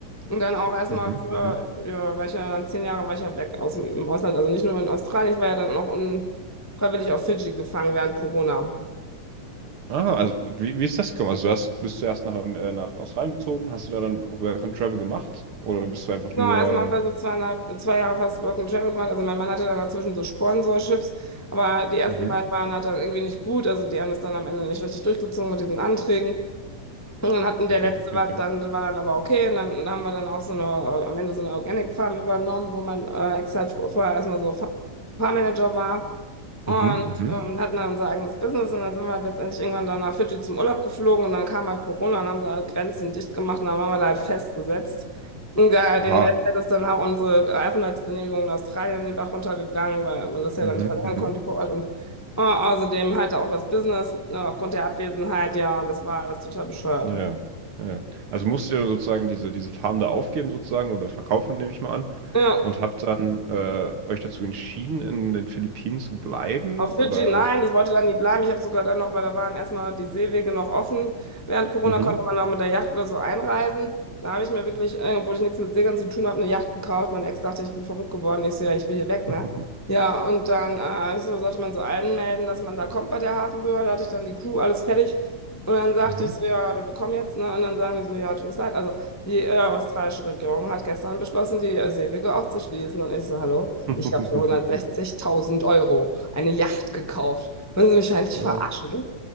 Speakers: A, on the left; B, on the right.
A: Und dann auch erstmal
B: mhm,
A: für,
B: mhm.
A: ja, war ich ja dann zehn Jahre war ich ja weg aus, dem- im Ausland, also nicht nur in Australien, ich war ja dann auch unfreiwillig auf Fidschi gefangen während Corona.
B: Ah, also wie, wie ist das gekommen? Also du hast, bist du erst nach, äh, nach Australien gezogen, hast du da dann auch Work and Travel gemacht? Oder bist du einfach
A: Genau,
B: nur...
A: also man war so zweieinhalb, zwei Jahre fast Work and Travel gemacht. Also mein Mann hatte dann dazwischen so Sponsorships, aber die ersten
B: Mhm.
A: beiden waren halt dann irgendwie nicht gut. Also die haben das dann am Ende nicht richtig durchgezogen mit diesen Anträgen. Und dann hatten der
B: Okay,
A: letzte
B: okay,
A: war
B: okay.
A: dann, war dann aber okay. Und dann, dann haben wir dann auch so eine, äh, am Ende so eine Organic Farm übernommen, wo man äh, extra vorher erstmal so Fa- Farmmanager war. Und
B: Mhm, mhm.
A: ähm, hatten dann unser eigenes Business und dann sind wir halt letztendlich irgendwann dann nach Fidschi zum Urlaub geflogen und dann kam halt Corona und haben sie alle Grenzen dicht gemacht und dann waren wir da halt festgesetzt. Und da,
B: Oha.
A: den hat das dann auch unsere Aufenthaltsgenehmigung in Australien in den Bach runtergegangen, weil man das ja
B: Mhm,
A: dann nicht verlängern
B: mhm.
A: konnte vor Ort und äh, außerdem halt auch das Business äh, aufgrund der Abwesenheit, ja, und das war alles total bescheuert.
B: Ja, ja. Ja, ja. Also musst du dann sozusagen diese, diese Farm da aufgeben sozusagen oder verkaufen, nehme ich mal an.
A: Ja.
B: Und habt dann äh, euch dazu entschieden, in den Philippinen zu bleiben?
A: Auf Fidschi,
B: Oder...
A: nein, ich wollte da nie bleiben. Ich habe sogar dann noch, weil da waren erstmal die Seewege noch offen. Während Corona
B: Mhm.
A: konnte man auch mit der Yacht oder so einreisen. Da habe ich mir wirklich, äh, obwohl ich nichts mit Segeln zu tun habe, eine Yacht gekauft. Mein Ex dachte, ich bin verrückt geworden. Ich so, ja, ich will hier weg, ne?
B: <laughs>
A: Ja, und dann äh, ich so, sollte man so anmelden, dass man da kommt bei der Hafenbehörde. Da hatte ich dann die Crew, alles fertig. Und dann sagte
B: Mhm.
A: ich so, ja, wir kommen jetzt, ne? Und dann sagen die so, ja, tut uns leid. Also die äh, australische Regierung hat gestern beschlossen, die äh, Seewege auch zu schließen. Und ich so, hallo? Ich
B: <laughs>
A: habe für 160.000 Euro eine Yacht gekauft. Wollen Sie mich eigentlich
B: Ja.
A: verarschen?